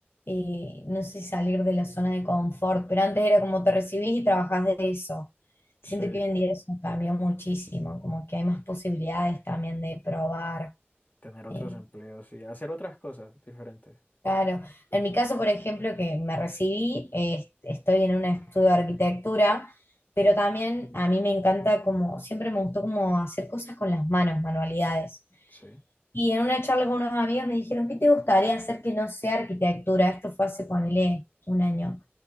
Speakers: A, on the left (about 65°); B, on the left (about 40°).
A: eh, no sé, salir de la zona de confort, pero antes era como te recibís y trabajás de eso. Siento
B: Sí,
A: que hoy en día eso cambió muchísimo, como que hay más posibilidades también de probar.
B: tener otros
A: eh,
B: empleos y hacer otras cosas diferentes.
A: Claro, en mi caso, por ejemplo, que me recibí, eh, estoy en un estudio de arquitectura, pero también a mí me encanta como, siempre me gustó como hacer cosas con las manos, manualidades.
B: Sí.
A: Y en una charla con unos amigos me dijeron, ¿qué te gustaría hacer que no sea arquitectura? Esto fue hace, ponele, un año.